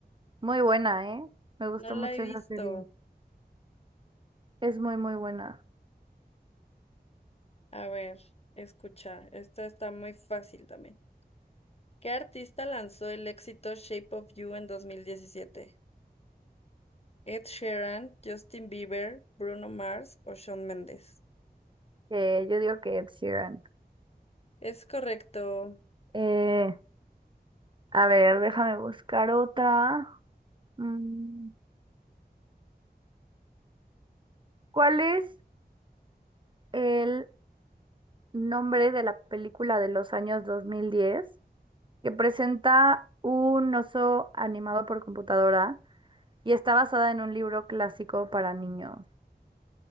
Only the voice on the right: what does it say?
muy buena, ¿eh? Me gustó
mucho
esa serie. Es muy, muy buena.
Eh, yo digo que Ed Sheeran.
Eh, a ver, déjame buscar otra. Mm, ¿Cuál es el nombre de la película de los años 2010 que presenta un oso animado por computadora y está basada en un libro clásico para niños?